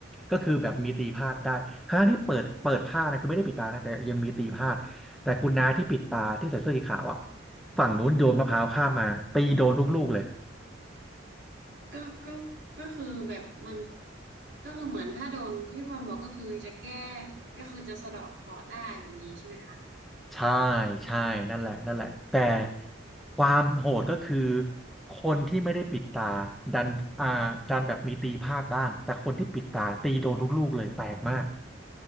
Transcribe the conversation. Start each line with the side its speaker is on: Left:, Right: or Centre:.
Centre: ก็คือแบบมีตีพลาดได้ครั้งที่เปิดเปิดผ้านะคือไม่ได้ปิดตานะแต่ยังมีตีพลาดแต่คุณน้าที่ปิดตาที่ใส่เสื้อสีขาวอะฝั่งนู้นโยนมะพร้าวข้ามมาตีโดนทุกลูกเลย
Right: ก็ก็ก็คือแบบมันก็คือเหมือนถ้าโดนที่มันบอกก็คือจะแก้ก็คือจะสะเดาะเคราะห์ได้แบบนี้ใช่ไหมคะ
Centre: ใช่ใช่นั่นแหละนั่นแหละแต่
Right: อืม
Centre: ความโหดก็คือคนที่ไม่ได้ปิดตาดันอ่าดันแบบมีตีพลาดบ้างแต่คนที่ปิดตาตีโดนทุกลูกเลยแปลกมาก